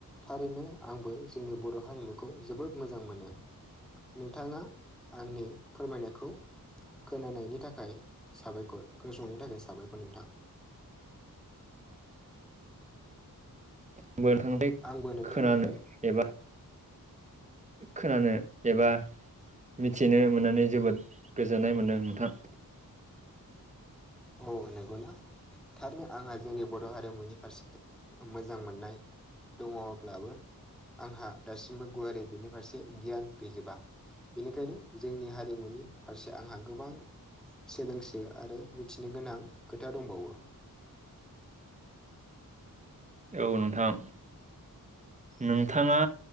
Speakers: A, in the centre; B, on the right.
A: थारैनो आंबो जोंनि बर' हारिमुखौ जोबोद मोजां मोनो। नोंथाङा आंनि फोरमायनायखौ खोनानायनि थाखाय साबायखर खोनासंनायनि थाखाय साबायखर नोंथां।
B: आंबो नोथां <unintelligible>
A: आंबो नोंथांनिफ्राय
B: खोनानो एबा खोनानो एबा मिथिनो मोननानै जोबोद गोजोननाय मोन्दों नोंथां।
A: औ नंगौना थारनो आंहा जोंनि बर' हारिमुनि फारसे मोजां मोननाय दङब्लाबो आंहा दासिमबो गुवारै बेनि फारसे गियान गैजोबा। बेनिखायनो जोंनि हारिमुनि फारसे आंहा गोबां सोलोंसो आरो मिथिनो गोनां खोथा दंबावो।
B: औ नोंथां नोंथांङा